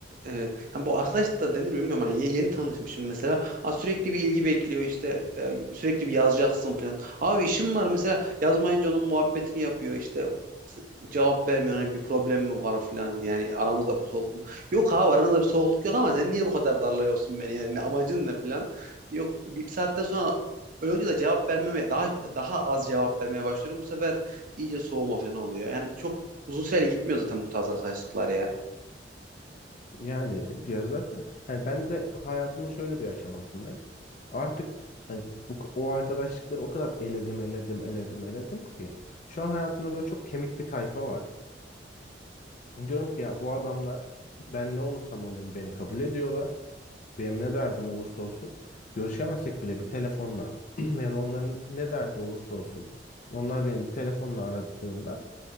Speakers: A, on the right; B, on the left.
A: e, hani bu arkadaş da denir mi bilmiyorum hani ye- yeni tanışmışım mesela. Ha, sürekli bir ilgi bekliyor işte e, sürekli bir yazacaksın falan. Abi işim var mesela yazmayınca onun muhabbetini yapıyor işte s- cevap vermiyor hani bir problem mi var falan diye yani aramızda bir soğukluk mu? Yok abi aranızda bir soğukluk yok ama sen niye bu kadar darlıyorsun beni yani amacın ne falan. Yok bir, bir saatten sonra öyle olunca da cevap vermeme daha daha az cevap vermeye başlıyorum bu sefer iyice soğuma falan oluyor. Yani çok uzun süreli gitmiyor zaten bu tarz arkadaşlıklar ya.
B: Yani ya zaten hani ben de hayatımın şöyle bir aşamasındayım. Artık hani bu o arkadaşlıkları o kadar eledim eledim eledim eledim ki şu an hayatımda böyle çok kemik bir tayfa var. Diyorum ki ya bu adamlar ben ne olursam olayım beni kabul ediyorlar. Benim ne derdim olursa olsun görüşemesek bile bir telefonla <clears throat> ya da onların ne derdi olursa olsun onlar benim bir telefonla aradığında